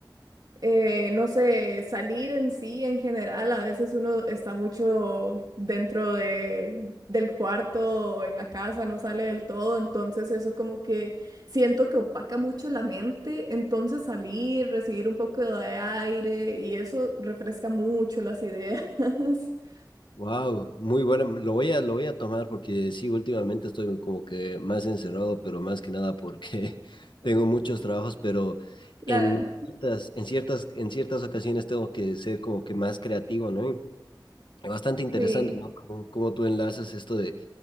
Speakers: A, on the right; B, on the left.
A: eh, no sé, salir en sí en general, a veces uno está mucho dentro de, del cuarto o en la casa, no sale del todo, entonces eso como que siento que opaca mucho la mente, entonces salir, recibir un poco de aire y eso refresca mucho las ideas. <laughs>
B: Wow, muy bueno. Lo voy a, lo voy a tomar porque sí, últimamente estoy como que más encerrado, pero más que nada porque <laughs> tengo muchos trabajos, pero
A: Claro,
B: en ciertas, en ciertas, en ciertas ocasiones tengo que ser como que más creativo, ¿no? Y Bastante interesante,
A: sí,
B: ¿no? Como cómo tú enlazas esto de